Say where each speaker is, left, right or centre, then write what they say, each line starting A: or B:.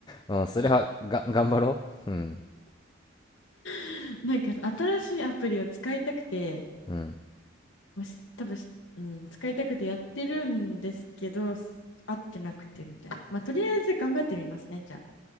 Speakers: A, on the left (about 20°); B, on the left (about 75°).
A: う、うん、それは、が、頑張ろう。うん。
B: <laughs> なんか新しいアプリを使いたくて、
A: うん。
B: もし多分し、うん、使いたくてやってるんですけど、合ってなくてみたいな。まあ、とりあえず頑張ってみますね、じゃあ。